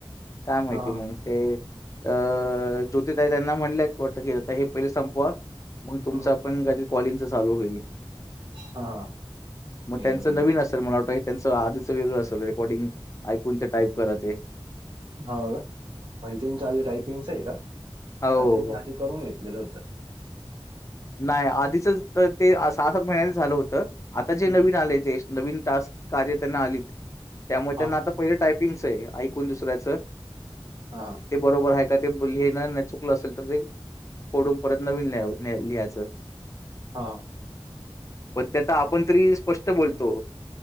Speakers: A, on the left (about 30°); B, on the right (about 55°).
A: काय माहिती
B: हा हा
A: म ते अ ज्योतिताई त्यांना म्हणलंयच वाटतं की आता हे पहिले संपवा मग तुमच
B: ह
A: पण काहीतरी कॉलिंगच चालू होईल.
B: हा हा.
A: मग
B: बरोबर
A: त्यांच नवीन
B: आहे
A: असेल मला वाटत? त्यांच आधीच वेगळं अस रेकॉर्डिंग ऐकून ते टाईप करत ये.
B: ह का म्हणजे त्यांचा आधी टायपिंगच आहे का?
A: हो.
B: का त्यांनी आधी करून घेतलेलं होत.
A: नाही आधीचच ते सहा सात महिन्याच झालं होतं आता जे
B: हम्म,
A: नवीन
B: हम्म.
A: आले ते नवीन टास्क कार्य त्यांना आलीत त्यामुळे
B: हा
A: त्यांना आता पहिले टायपिंगच आहे ऐकून दुसऱ्याच
B: हा हा
A: ते बरोबर आहे का ते लिहणं चुकलं असेल तर ते खोडून परत नवीन लिहायचं.
B: हा.
A: पण त्याता आपण तरी स्पष्ट बोलतो